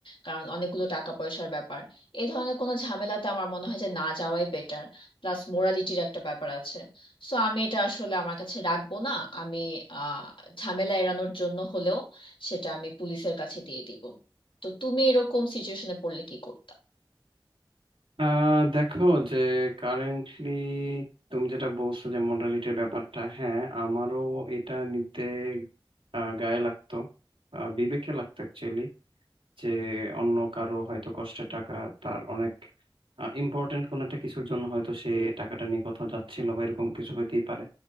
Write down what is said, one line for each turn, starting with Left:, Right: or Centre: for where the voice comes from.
Left: কারণ অনেকগুলো টাকা পয়সার ব্যাপার এই ধরনের কোনো ঝামেলাতে আমার মনে হয় যে না যাওয়াই বেটার প্লাস মোরালিটির একটা ব্যাপার আছে সো আমি এটা আসলে আমার কাছে রাখবো না আমি আহ ঝামেলা এড়ানোর জন্য হলেও সেটা আমি পুলিশের কাছে দিয়ে দিব তো তুমি এরকম সিচুয়েশনে পড়লে কি করবে
Right: আহ দেখো যে কারেন্টলি তুমি যেটা বলছো যে মডালিটির ব্যাপারটা হ্যাঁ আমারও এটা নিতে আহ, গায়ে লাগতো আহ, বিবেকে লাগতো অ্যাকচুয়ালি যে অন্য কারো হয়তো কষ্টের টাকা তার অনেক ইম্পর্টেন্ট কোনো একটা কিছুর জন্য হয়তো সে টাকাটা নিয়ে কোথাও যাচ্ছিল বা এরকম কিছু হইতেই পারে